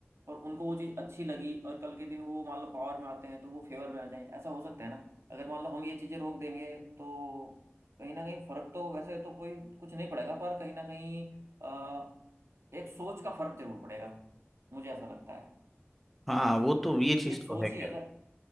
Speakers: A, on the right (about 70°); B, in the centre.
A: और उनको वो चीज अच्छी लगी और कल के दिन वो मान लो पावर में आते हैं तो वो फेवर में आ जाए ऐसा हो सकता है ना अगर मान लो हम ये चीजें रोक देंगे तो कहीं ना कहीं फर्क तो वैसे तो कोई कुछ नहीं पड़ेगा पर कहीं ना कहीं अ, एक सोच का फर्क जरूर पड़ेगा मुझे ऐसा लगता है
B: हाँ वो तो ये चीज़
A: ये एक सोच
B: तो है खैर
A: ही है सर